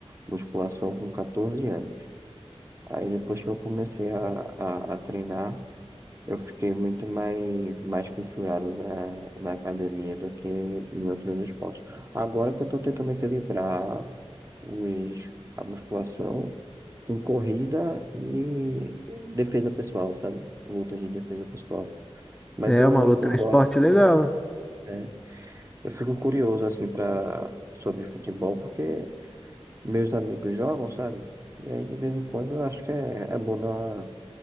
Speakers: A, on the right; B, in the centre.
A: musculação com 14 anos. Aí depois que eu comecei a, a, a treinar, Eu fiquei muito mais, mais fissurado na, na academia do que em outros esportes. Agora que eu estou tentando equilibrar os, a musculação com corrida e defesa pessoal, sabe? Lutas de defesa pessoal. Mas
B: É
A: eu,
B: uma luta,
A: eu,
B: é
A: gosto,
B: um esporte legal.
A: né? Eu fico curioso, assim, pra, sobre futebol, porque meus amigos jogam, sabe? E aí, de vez em quando, eu acho que é, é bom dar uma-